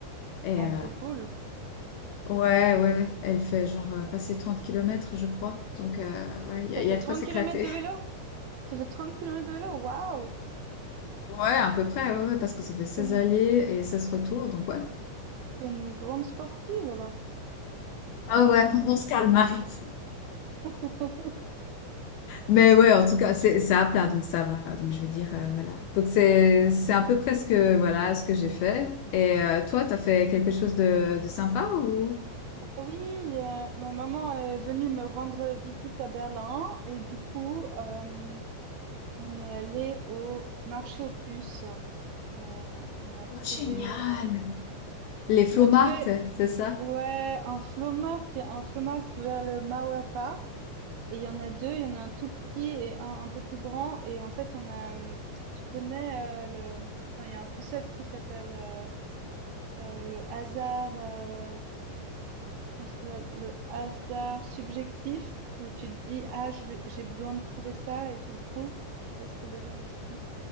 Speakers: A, on the left; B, on the right.
A: Et
B: Ah,
A: euh,
B: trop cool.
A: ouais, ouais, elle fait genre euh, passer 30 kilomètres, je crois. Donc, euh, ouais, il y
B: T'as
A: a,
B: fait
A: il y a
B: 30
A: de quoi s'éclater.
B: km de vélo?
A: <laughs>
B: T'as fait 30 km de vélo? Waouh!
A: Ouais, à peu près, ouais, ouais, parce que ça fait 16
B: T'es une,
A: allées et 16 retours. Donc, ouais.
B: t'es une grande sportive alors.
A: Ah ouais, on se calme. <laughs> Marie.
B: <laughs>
A: Mais ouais, en tout cas, c'est c'est à plat, donc ça va. Donc je vais dire, euh, voilà. Donc c'est c'est un peu presque voilà ce que j'ai fait. Et euh, toi, t'as fait quelque chose de, de sympa ou?
B: Ah Oui, euh, ma maman est venue me rendre visite à Berlin et du coup, euh, on est allé au marché aux puces et on, on a trouvé,
A: Oh, génial!
B: euh,
A: Les Flomarts,
B: on a trouvé
A: c'est ça?
B: Ouais, un flea il y a un flea vers le Mauer Park et il y en a deux il y en a un tout petit et un un peu plus grand et en fait, on a hem, tu connais, heu, le attends, il y a un concept qui s'appelle, heu heu, le hasard, heu, attends, merde, comment ça s'appelle? Le hasard subjectif où tu te dis: «Ah, je vais j'ai besoin de trouver ça» et tu le trouves. Je sais pas si tu déjà entendu